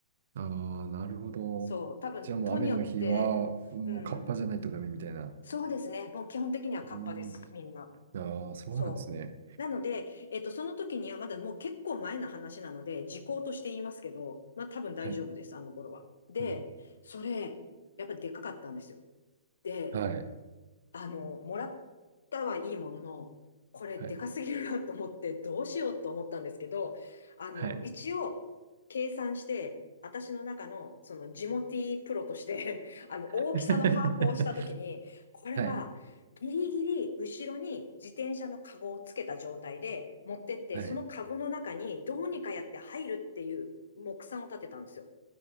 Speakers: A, on the right; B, on the left.
A: ああ、なるほど。
B: そう、多分都によって、
A: じゃあもう雨の日は、もうカッパじゃないとダメみたいな。
B: うん、そうですね。もう基本的にはカッパです、
A: うん。
B: みんな。
A: ああ、そうなんですね。
B: そう。なので、えっと、その時にはまだもう結構前の話なので、時効として言いますけど、まあ多分大丈夫です、
A: はい。
B: あの頃は。で、
A: うん。
B: それ、やっぱでかかったんですよ。で、
A: はい。
B: あの、もらったはいいものの、これでかすぎるなと思って、
A: はい。
B: どうしようと思ったんですけど、あの、
A: はい。
B: 一応、計算して、私の中の、その、ジモティプロとして <laughs> あの、大きさの把握をしたときに、
A: <laughs> は
B: これは、
A: い。
B: ギリギリ、後ろに自転車のカゴをつけた状態で持ってって、
A: はい。
B: そのカゴの中にどうにかやって入るっていう目算を立てたんですよ。